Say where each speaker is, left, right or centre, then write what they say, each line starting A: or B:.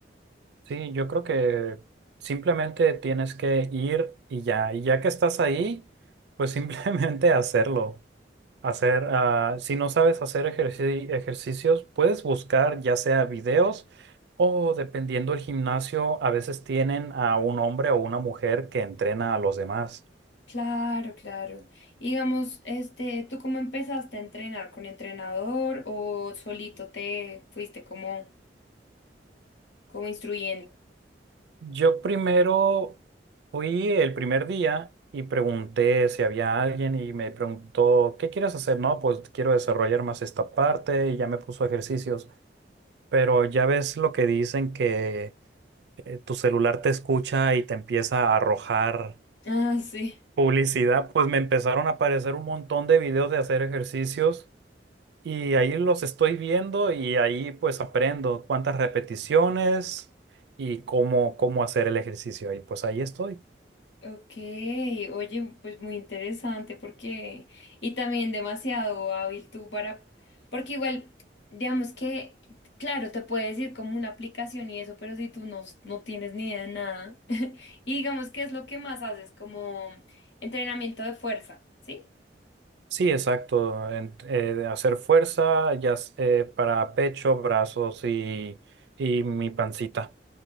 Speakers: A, on the right (about 65°); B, on the left (about 80°).
A: Sí, yo creo que simplemente tienes que ir y ya, y ya que estás ahí, pues simplemente <laughs> hacerlo. Hacer, ah, si no sabes hacer ejerci- ejercicios, puedes buscar ya sea videos o dependiendo del gimnasio, a veces tienen a un hombre o una mujer que entrena a los demás.
B: Claro, claro. Y digamos, este, ¿tú cómo empezaste a entrenar? ¿Con entrenador o solito te fuiste como, como instruyendo? <laughs>
A: Yo primero fui el primer día y pregunté si había alguien y me preguntó, ¿qué quieres hacer? No, pues quiero desarrollar más esta parte y ya me puso ejercicios. Pero ya ves lo que dicen que eh, tu celular te escucha y te empieza a arrojar
B: Ah, sí.
A: publicidad. Pues me empezaron a aparecer un montón de videos de hacer ejercicios y ahí los estoy viendo y ahí pues aprendo cuántas repeticiones y cómo, cómo hacer el ejercicio. Y pues ahí estoy.
B: Ok, oye, pues muy interesante porque, y también demasiado hábil tú para, porque igual, digamos que, claro, te puede decir como una aplicación y eso, pero si tú no, no tienes ni idea de nada, <laughs> y digamos que es lo que más haces, como entrenamiento de fuerza, ¿sí?
A: Sí, exacto. en- eh, hacer fuerza ya s- eh, para pecho, brazos y, y mi pancita,